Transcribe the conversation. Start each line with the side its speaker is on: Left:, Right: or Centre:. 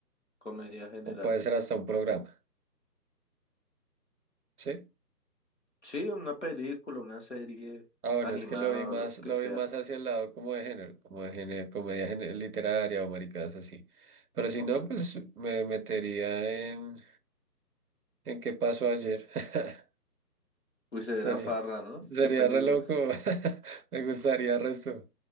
Left: comedia general.
Right: o puede ser hasta un programa, ¿sí?
Left: Sí, una película, una serie
Right: Ah, bueno,
Left: animada
Right: es que lo vi más,
Left: o lo
Right: lo
Left: que sea.
Right: vi más hacia el lado como de género, como de género, comedia géne- literaria o maricadas así. Pero si
Left: O
Right: no,
Left: sea,
Right: pues me metería en, en qué pasó ayer. <laughs>
Left: uy, se
Right: Sería,
Left: verá farra, ¿no?
Right: sería
Left: Qué peligro.
Right: re loco.
Left: <laughs>
Right: <laughs> Me gustaría el resto.